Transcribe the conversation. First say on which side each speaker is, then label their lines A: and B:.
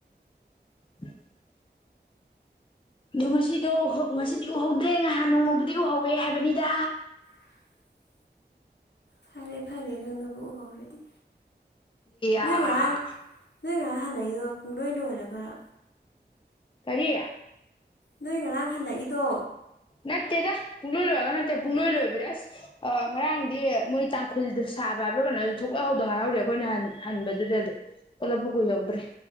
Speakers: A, on the left; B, on the left.
A: <inaudible> ꯑꯣ ꯉꯁꯤꯗꯣ ꯉꯁꯤꯗꯤ ꯎꯍꯧꯗ꯭ꯔꯦ ꯉꯍꯥꯟ ꯅꯣꯡꯃꯕꯨꯗꯤ ꯎꯍꯧꯋꯦ ꯍꯥꯏꯕꯅꯤꯗ
B: <inaudible> ꯐꯔꯦ ꯐꯔꯦ ꯅꯪꯕꯨ ꯎꯍꯧꯔꯗꯤ ꯅꯣꯏ
A: ꯑ ꯑꯥ
B: ꯉꯔꯥꯡ ꯅꯣꯏ ꯉꯔ ꯍꯜꯂꯛꯏꯗꯣ ꯄꯨꯡꯂꯣꯏ ꯂꯣꯏꯔꯦ ꯈꯔ
A: ꯀꯔꯤ
B: ꯅꯣꯏ ꯉꯔꯥꯡ ꯍꯜꯂꯛꯏꯗꯣ
A: ꯅꯠꯇꯦꯗ ꯄꯨꯡꯂꯣꯏ ꯂꯣꯏꯛꯒ ꯅꯠꯇꯦ ꯄꯨꯡꯂꯣꯏ ꯂꯣꯏꯕꯗꯤ ꯑꯁ ꯉꯔꯥꯡꯗꯤ ꯃꯣꯏ ꯇꯥꯡꯈꯨꯜꯗ ꯁꯥꯕ ꯥꯏꯕ꯭ꯔ ꯀꯩꯅꯣ ꯊꯣꯛꯂꯛꯍꯧꯗ ꯉꯥꯏꯍꯧꯔꯤ ꯑꯩꯈꯣꯏꯅ ꯍꯟꯕꯗꯨꯗꯗꯤ ꯄꯨꯂꯞꯄꯥꯎ ꯀ ꯌꯧꯗ꯭ꯔꯦ